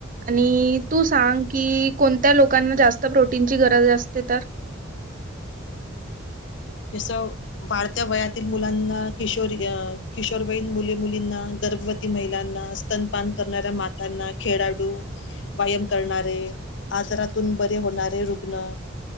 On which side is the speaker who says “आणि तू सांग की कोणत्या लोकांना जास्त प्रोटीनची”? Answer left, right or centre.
Right